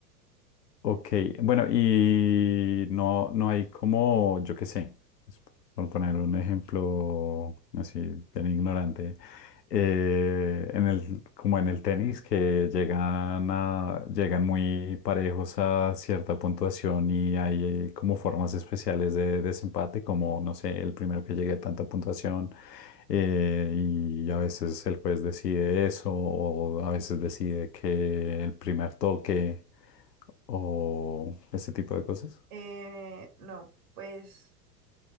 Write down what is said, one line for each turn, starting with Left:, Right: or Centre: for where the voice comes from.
Left: Ok, bueno, y no, no hay como, yo qué sé, pues, por poner un ejemplo así bien ignorante, eh, en el, como en el tenis, que llegan a, llegan muy parejos a cierta puntuación y hay como formas especiales de desempate, como, no sé, el primero que llegue a tanta puntuación, eh, y a veces el juez decide eso, o a veces decide que el primer toque o ese tipo de cosas.
Right: Eh, no, pues